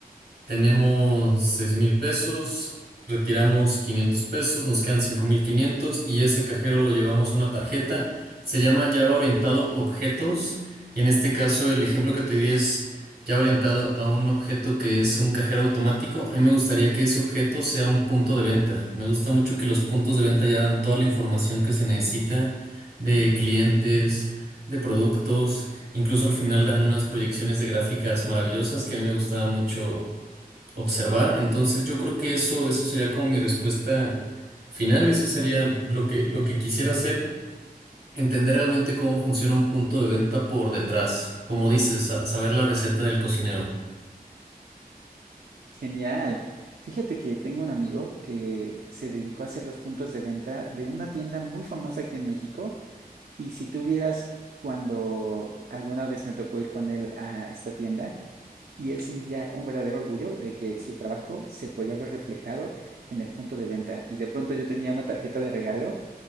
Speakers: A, on the right; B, on the right.
A: tenemos seis mil pesos, retiramos 500 pesos, nos quedan 5.500 y ese cajero lo llevamos a una tarjeta. Se llama Java orientado objetos y en este caso el ejemplo que te di es Java orientado a un objeto que es un cajero automático. A mí me gustaría que ese objeto sea un punto de venta. Me gusta mucho que los puntos de venta ya dan toda la información que se necesita de clientes, de productos, incluso al final dan unas proyecciones de gráficas maravillosas que a mí me gustaba mucho observar. Entonces yo creo que eso, eso sería como mi respuesta final. Eso sería lo que, lo que quisiera hacer, entender realmente cómo funciona un punto de venta por detrás. Como dices, sa- saber la receta del cocinero.
B: Genial. Fíjate que tengo un amigo que se dedicó a hacer los puntos de venta de una tienda muy famosa aquí en México. Y si tú vieras cuando alguna vez me tocó ir con él a esta tienda, y él sentía un verdadero orgullo de que su trabajo se podía ver reflejado en el punto de venta. Y de pronto yo tenía una tarjeta de regalo